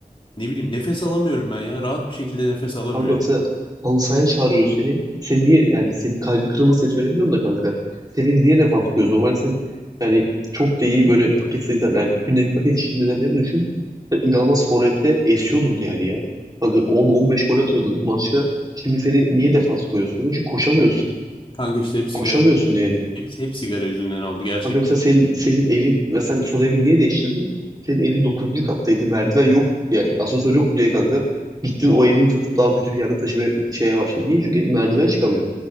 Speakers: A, on the left (about 35°); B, on the right (about 25°).
A: Ne bileyim nefes alamıyorum ben ya. Rahat bir şekilde nefes alamıyorum.
B: Kanka mesela halı sahaya çağırıyor seni. Sen niye yani senin kalbi kırılmasın diye söylemiyoruz da kanka. Seni biz niye defans koyuyoruz? Normalde sen yani çok da iyi böyle paket sayısı yani günde bir paket içtiğin dönemleri düşün. Sen inanılmaz forvette esiyordun yani ya. Kanka 10-15 gol atıyordun maçta. Şimdi seni niye defans koyuyorsun? Kanka? Çünkü koşamıyorsun.
A: Kanka işte hep sigara,
B: Koşamıyorsun yani.
A: hepsi hep sigara yüzünden oldu gerçekten.
B: Kanka mesela senin, senin evin ve sen son evin niye değiştirdin? Senin evin dokuzuncu kattaydı. Merdiven yok. Yani asansör yok diye kanka. Gittin o evin satıp daha kötü bir yerde taşıma şeye başladın. Niye? Çünkü merdiven çıkamıyor.